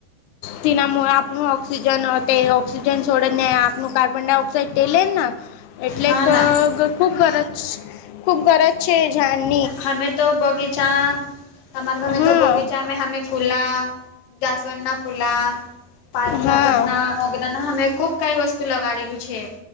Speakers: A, on the left; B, on the left.
A: તેનામ આપણું ઓક્સિજન તે ઓક્સિજન છોડે ને આ નું કાર્બન ડાયોક્સાઇડ તે લે ના એટલે
B: હા
A: ક
B: ના
A: ગ ખુબ ગરજ ખૂબ ગરજ છે એ જાન
B: હમે તો બગીચા હમારા ઘમે
A: હા
B: તો બગીચા અમે હામે ફૂલા જાસવન ના ફૂલા પાર જાતક
A: હા
B: ના મોગરાના હમે ખુબ કાઈ વસ્તુ લગાડેલું છે.